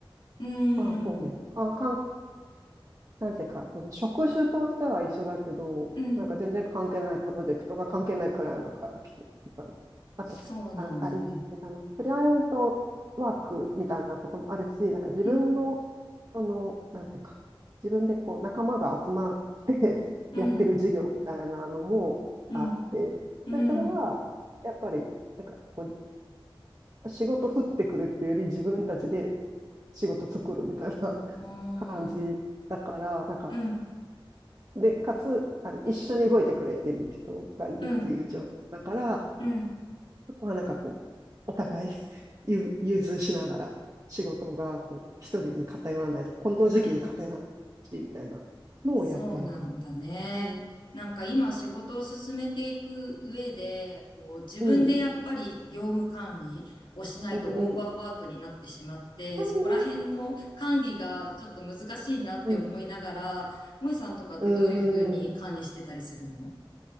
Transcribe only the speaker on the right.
まあそうね。あ、かん、か、なんていうか、その職種としては一緒だけど、
なんか全然関係ないプロジェクトが関係ないクライアントから来てるって感じ。あと、
あ、あれ、あの、クライアントワークみたいなこともあるし、なんか自分の、
その、なんていうか、自分でこう仲間が集まって
<laughs> やってる事業みたいなのもあって、
で、それは、
やっぱり、なんかこう、仕事降ってくるっていうより自分たちで仕事作るみたいな。
感じだから、なんか、
で、かつ、あの、一緒に動いてくれてる人がいるっていう状況だから、
そこはなんかこう、お互い <laughs> 融融通しながら仕事がこう、一人に偏らないと、この時期に偏らないし、
みたいなのをやってる感
じ。うん、
うん、うん、うん。そうね。
うん、
うん、うん。